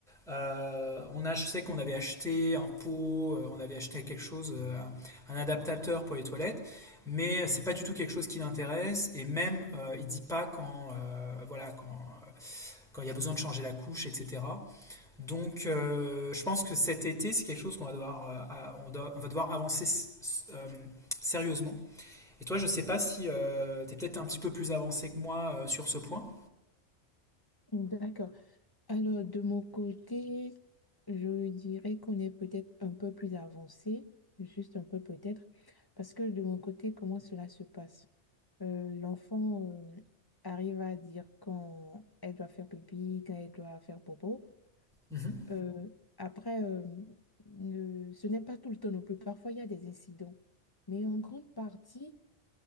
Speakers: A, in the centre; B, on the left.
A: Euh, on a, je sais qu'on avait acheté un pot, euh, on avait acheté quelque chose, euh, un un adaptateur pour les toilettes, mais c'est pas du tout quelque chose qui l'intéresse. Et même, euh, il dit pas quand, euh, voilà, quand, quand il y a besoin de changer la couche, etc. Donc, euh, je pense que cet été, c'est quelque chose qu'on va devoir, euh, à- on, doit- on va devoir avancer s- s- euh, sérieusement. Et toi, je sais pas si euh, tu es peut-être un petit peu plus avancé que moi euh, sur ce point.
B: D'accord. Alors, de mon côté, je dirais qu'on est peut-être un peu plus avancé, juste un peu peut-être, parce que de mon côté, comment cela se passe? Euh, l'enfant euh, arrive à dire quand elle doit faire pipi, quand elle doit faire popo.
A: Mhm.
B: Euh, après, euh, le- ce n'est pas tout le temps non plus. Parfois, il y a des incidents. Mais en grande partie,